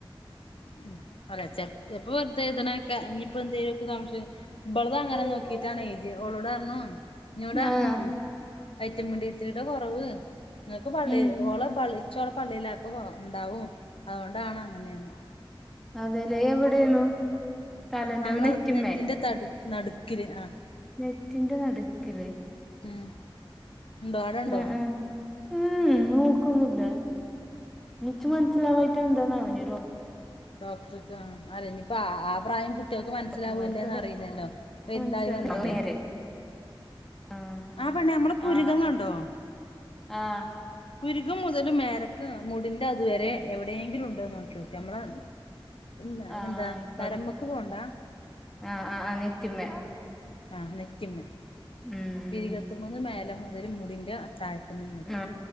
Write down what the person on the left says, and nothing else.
ഉംഅല്ല ചെപ്പൊ വെറുതെ ഇതിനൊക്കെ ഇയിപ്പോ എന്തെങ്കലുമൊക്കെ സംശയ മ്പളതങ്ങനെ
നോക്കിയിട്ടാണ് എഴുതി ഓളോടണ്റഞ്ഞു ഇന്നോടരഞ്ഞു
വൈറ്റമിൻഡിത്രിടെ കുറവ് നിങ്ങൾക്ക് പള്ളി
ഓള പള്ളിച്ചോള പള്ളിയിലായപ്പ ഉണ്ടാവും അതുകൊണ്ടാണ് അങ്ങനെയന്ന്
നമ്മള്
നെറ്റിന്റെ തടു നടുക്കില് ആ
ഉം എന്താടൊണ്ടോ?
ഡോക്ടർക്ക് ആ അല്ലനിപ്പ ആ പ്രായം കുട്ട കുട്ടികൾക്ക് മനസ്സിലാവൂല്ലേന്ന്
അറിയില്ലല്ലോ പ്പൊ എന്തായി
വന്നില്ലേ
ആ പെണ്ണെ നമ്മള പുരികം
കണ്ടോ?
പുരുകം മുതല് മേലക് മുടി ന്റെ അതുവരെ എവിടെയെങ്കിലും ഉണ്ടോന്ന് നോക്കി ഓക്ക് നമ്മള ല്ല
എന്താ
തലമക്ക് പോണ്ട.
ആഹ് നെറ്റിമേ
പിരികത്ത മന്ന് മേലെ മുതൽ മുടിന്റെ താഴേക്ക്ന്ന് ഇങ്ങട്ട്